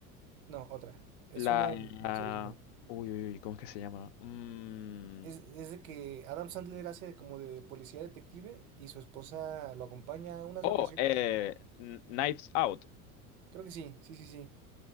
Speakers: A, on the right; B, on the left.
A: No, otra. Es
B: La...
A: una de
B: la-
A: Netflix original.
B: Uy, uy, uy, ¿cómo es que se llama? Mm,
A: Es, es de que Adam Sandler hace como de policía detective y su esposa lo acompaña a unas
B: Oh,
A: vacaciones.
B: eh, Kn- Knives Out.
A: Creo que sí, sí, sí, sí.